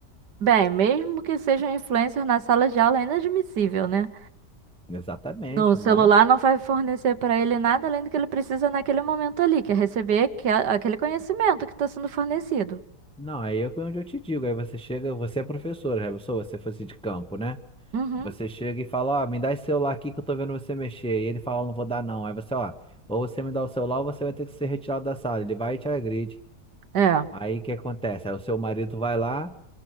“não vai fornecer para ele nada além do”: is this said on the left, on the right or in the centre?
Right